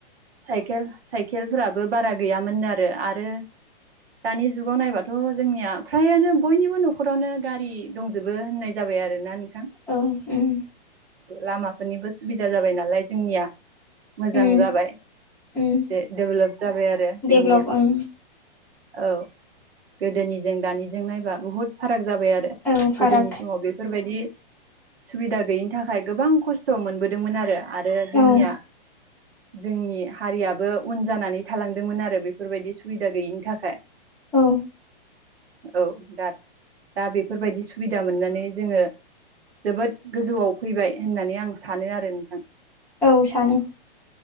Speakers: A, on the right; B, in the centre.
A: साइकेल साइकेलफोराबो बारा गैयामोननो आरो आरो दानि जुगाव नायबाथ' जोंनिया फ्रायानो बयनिबो न'खरावनो गारि दंजोबो होननाय जाबाय आरोना नोंथां
B: औ ओम
A: लामाफोरनिबो सुबिदा जाबाय नालाय जोंनिया मोजां
B: उम
A: जाबाय
B: उम
A: एसे डेभेलप जाबाय आरो जोंनिया
B: डेभलप ओं
A: औ गोदोनिजों दानिजों नायबा बुहुद फाराग जाबाय आरो
B: औ फाराग
A: गोदोनि समाव बेफोरबायदि सुबिदा गैयिनि थाखाय गोबां खस्थ' मोनबोदोंमोन आरो आरो जोंनिया
B: औ
A: जोंनि हारियाबो उन जानानै थालांदोंमोन आरो बेफोरबायदि सुबिदा गैयिनि थाखाय
B: औ
A: औ दा दा बेफोरबायदि सुबिदा मोननानै जोङो जोबोद गोजौआव फैबाय होननानै आं सानो आरो नोंथां
B: औ सानो